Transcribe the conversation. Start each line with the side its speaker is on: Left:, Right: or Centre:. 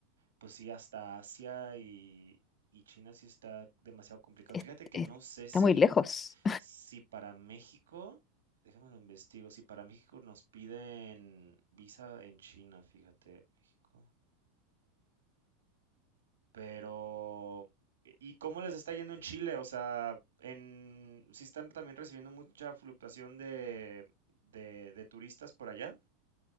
Right: pues sí, hasta Asia y, y China sí está demasiado complicado.
Left: es-
Right: Fíjate que
Left: es-
Right: no sé si,
Left: está muy lejos.
Right: si para México, déjame lo investigo, si para México nos piden visa en China, fíjate, México. Pero, e, ¿y cómo les está yendo en Chile? O sea, en, ¿sí están también recibiendo mucha fluctuación de, de, de turistas por allá?